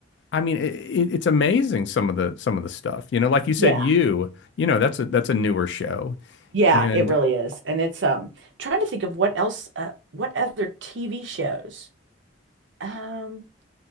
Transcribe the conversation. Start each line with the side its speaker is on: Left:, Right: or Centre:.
Left: I mean, it, it, it's amazing some of the some of the stuff. You know, like you said,
Right: Yeah.
Left: you, you know, that's a that's a newer show,
Right: Yeah,
Left: and
Right: it really is. And it's um trying to think of what else uh, what other TV shows. Um